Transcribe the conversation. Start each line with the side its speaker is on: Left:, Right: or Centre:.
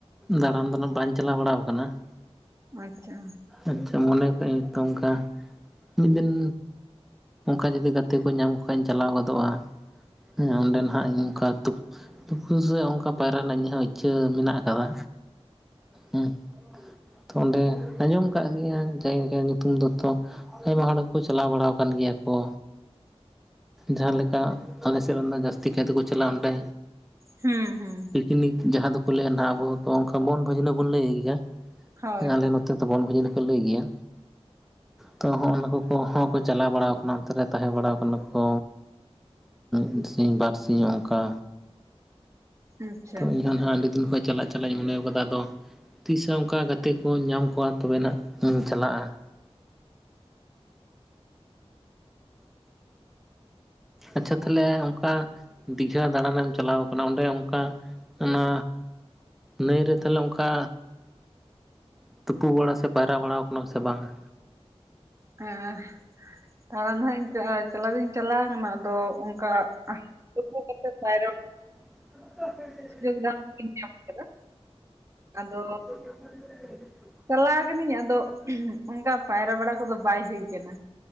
Centre: ᱫᱟᱬᱟᱱ ᱫᱚ ᱱᱟᱜ ᱵᱟᱹᱧ ᱪᱟᱞᱟᱣ ᱵᱟᱲᱟ ᱟᱠᱟᱱᱟ ᱾
Right: ᱟᱪᱪᱷᱟ,
Centre: ᱟᱪᱪᱷᱟ, ᱢᱚᱱᱮ ᱠᱟᱜᱟᱹᱧ ᱛᱚ ᱚᱱᱠᱟ ᱢᱤᱫ ᱫᱤᱱ ᱚᱝᱠᱟ ᱡᱩᱚᱫᱤ ᱜᱟᱛᱮ ᱠᱚ ᱧᱟᱢ ᱠᱚ ᱠᱷᱟᱡ ᱤᱧ ᱪᱟᱞᱟᱣ ᱜᱚᱫᱚᱜᱼᱟ, ᱦᱮ ᱚᱸᱰᱮ ᱱᱟᱦᱟᱜ ᱤᱧ ᱚᱱᱠᱟ ᱛᱩᱠᱟᱹᱥᱮ ᱚᱝᱠᱟ ᱯᱟᱭᱨᱟ ᱨᱮᱱᱟᱜ ᱤᱧ ᱦᱚᱸ ᱤᱪᱪᱷᱟᱹ ᱢᱮᱱᱟᱜ ᱠᱟᱫᱟ ᱦᱮᱸ ᱾ ᱛᱚ ᱚᱸᱰᱮ ᱟᱸᱡᱚᱢ ᱠᱟᱫ ᱜᱮᱭᱟᱹᱧ ᱡᱟᱭᱜᱟ ᱧᱩᱛᱩᱢ ᱫᱚ ᱛᱚ, ᱟᱭᱢᱟ ᱦᱚᱲ ᱜᱮ ᱠᱚ ᱪᱟᱞᱟᱣ ᱵᱟᱲᱟ ᱟᱠᱟᱱ ᱜᱮᱭᱟ ᱠᱚ, ᱡᱟᱦᱟᱸ ᱞᱮᱠᱟ ᱟᱞᱮ ᱥᱮᱫ ᱨᱮᱱ ᱫᱚ ᱡᱟᱹᱥᱛᱤ ᱠᱟᱭ ᱛᱮ ᱠᱚ ᱪᱟᱞᱟᱜᱼᱟ, ᱚᱸᱰᱮ
Right: ᱦᱩᱸ ᱦᱩᱸ,
Centre: ᱯᱤᱠᱱᱤᱠ ᱡᱟᱦᱟᱸ ᱫᱚ ᱠᱚ ᱞᱟᱹᱭᱟ ᱱᱟᱵᱚᱱ ᱫᱚ ᱱᱚᱝᱠᱟ ᱵᱚᱱᱵᱷᱟᱹᱡᱱᱟᱹ ᱵᱚᱱ ᱞᱟᱹᱭ ᱜᱮᱭᱟ,
Right: ᱦᱳᱭ
Centre: ᱟᱞᱮ <unintelligible> ᱛᱮ ᱫᱚ ᱵᱚᱱᱵᱷᱟᱹᱡᱱᱟᱹ ᱠᱚ ᱞᱟᱹᱭ ᱜᱮᱭᱟ ᱛᱚ ᱦᱚᱜ-ᱚ ᱱᱚᱣᱟ ᱠᱚ ᱦᱚᱸ᱾ ᱪᱟᱞᱟᱣ ᱵᱟᱲᱟᱣ ᱟᱠᱟᱱᱟ ᱚᱱᱛᱮ ᱨᱮ ᱛᱟᱦᱮᱸ ᱵᱟᱲᱟ ᱠᱟᱱᱟ ᱠᱚ᱾ ᱢᱤᱫ ᱥᱤᱧ ᱵᱟᱨ ᱥᱤᱧ ᱚᱝᱠᱟ
Right: ᱟᱪᱪᱷᱟ
Centre: ᱛᱚ
Right: ᱟᱪᱪᱷᱟ
Centre: ᱤᱧ ᱦᱚᱸ ᱦᱟᱸᱜ ᱟᱹᱰᱤ ᱫᱤᱱ ᱠᱷᱚᱡ ᱪᱟᱞᱟᱜ ᱪᱟᱞᱟᱜ ᱤᱧ ᱢᱚᱱᱮᱣ ᱟᱠᱟᱫᱟ ᱟᱫᱚ ᱛᱤᱥ ᱦᱚᱸ ᱚᱝᱠᱟ ᱜᱟᱛᱮ ᱠᱚᱧ ᱧᱟᱢ ᱠᱚᱣᱟ ᱛᱚᱵᱮ ᱱᱟᱜ ᱤᱧ ᱪᱟᱞᱟᱜᱼᱟ᱾ ᱟᱪᱪᱷᱟ ᱛᱟᱦᱞᱮ ᱚᱝᱠᱟ ᱫᱤᱜᱷᱟ ᱫᱟᱬᱟᱱ ᱮᱢ ᱪᱟᱞᱟᱣ ᱟᱠᱟᱱᱟ ᱚᱸᱰᱮ ᱚᱝᱠᱟ ᱚᱱᱟ ᱱᱟᱹᱭ ᱨᱮ ᱛᱟᱦᱞᱮ ᱚᱝᱠᱟ ᱛᱩᱯᱩ ᱵᱟᱲᱟ ᱥᱮ ᱯᱟᱭᱨᱟ ᱵᱟᱲᱟᱣ ᱠᱟᱱᱟ ᱥᱮ ᱵᱟᱝᱼᱟ?
Right: ᱦᱮᱸ, ᱛᱟᱲᱟᱱ ᱱᱟᱜ ᱤᱧ ᱪᱟᱜ-ᱟ ᱾ ᱪᱟᱞᱟᱣ ᱫᱩᱧ ᱪᱟᱞᱟᱣ ᱠᱟᱱᱟ ᱟᱫᱚ ᱚᱝᱠᱟ ᱛᱳᱯᱳ ᱠᱟᱛᱮ ᱯᱟᱭᱨᱚ
Centre: <inaudible>
Right: ᱞᱟᱹᱭ ᱠᱮᱫᱟᱢ ᱤᱧ ᱧᱟᱢ ᱠᱮᱫᱟ, ᱟᱫᱚ
Centre: <unintelligible>
Right: ᱪᱟᱞᱟᱣ ᱠᱟᱹᱱᱟᱹᱧ ᱟᱫᱚ ᱚᱝᱠᱟ ᱯᱟᱭᱨᱟ ᱵᱟᱲᱟ ᱠᱚ ᱫᱚ ᱵᱟᱭ ᱦᱩᱭ ᱠᱟᱱᱟ᱾